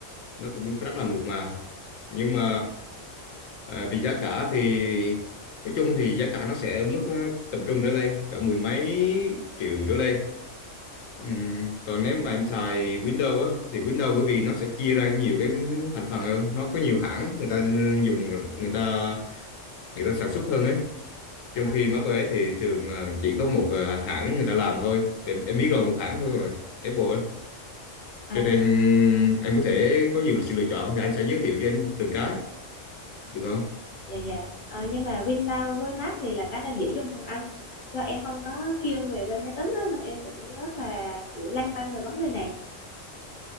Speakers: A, on the left; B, on the left.
A: nó cũng rất là mượt mà nhưng mà à, vì giá cả thì nói chung thì giá cả nó sẽ ở mức ờ, tầm trung trở lên cả mười mấy triệu trở lên Ừm, còn nếu mà em xài Windows á thì Windows bởi vì nó sẽ chia ra nhiều cái thành phần hơn nó có nhiều hãng người ta dùng người ta người ta sản xuất hơn ấy trong
B: à,
A: khi má cô ấy thì thường là chỉ có một à, hãng người ta làm thôi thì em biết rồi một hãng thôi rồi Apple ấy.
B: à,
A: cho nên em có thể có nhiều sự lựa chọn thì anh sẽ giới thiệu cho em từng cái được không
B: dạ dạ Ờ, nhưng mà Windows với Mac thì là cái nào dễ dùng hơn anh do em không có kiêng về bên máy tính á, nên em cũng rất là kiểu lăn tăn về vấn đề này